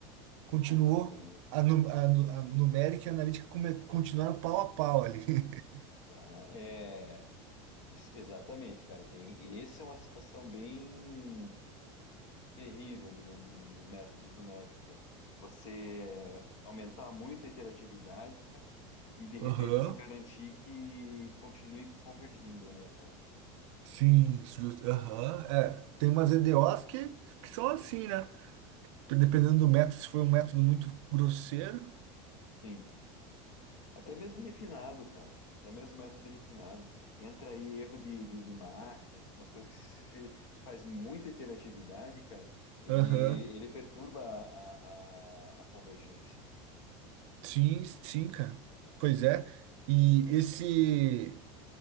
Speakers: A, on the right; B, on the left.
A: continuou,
B: Caraca, meu.
A: a, nu- a, nu- a numérica e a analítica come- continuaram pau a pau ali. <laughs>
B: Ca- É, isso- exatamente, cara. Tem, e essa é uma situação bem. terrível de nu- nos métodos numéricos, né? Você aumentar muito a interatividade, cara, e de repente
A: Aham,
B: não garantir que continue convergindo, né, cara?
A: Sim, justo. Aham, é. Tem umas EDOs que, que são assim, né? Dependendo do método, se foi um método muito grosseiro.
B: Sim. Até mesmo refinado, cara. Até mesmo método refinado. Entra aí erro de, de, de máquina, entra umas coisas que se faz muita interatividade, cara, ele,
A: Aham,
B: ele perturba a, a, a convergência.
A: Sim, sim, cara. Pois é. E esse,